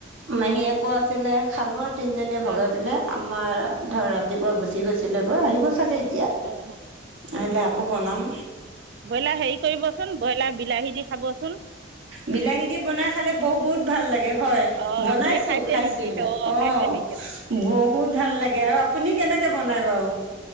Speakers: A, on the right (about 80°); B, on the right (about 55°).
A: মাহীয়েকো আছিলে খালোৱাৰ। তিনিজনীয়ে
B: হয়,
A: ভগাই পেলাই আমাৰ ধৰ ৰাতিপুৱা গুচি গৈছিলেগৈ আহিব চাগে এতিয়া।
B: হয় হয়
A: আহিলে আকৌ
B: অ
A: বনাম
B: ব্ৰইলাৰ হেৰি কৰিব। চোন ব্ৰইলাৰ বিলাহী দি খাব চোন।
A: বিলাহী দি বনাই খালে বহুত ভাল লাগে হয়
B: অ',
A: বনাইছো
B: আপুনি খাইছে
A: খাইছো।
B: নেকি?
A: বস্তুবিলাক অ
B: খাইছে নেকি আপুনি?
A: বহুত ভাল লাগে আৰু আপুনি কেনেকে বনায় বাৰু।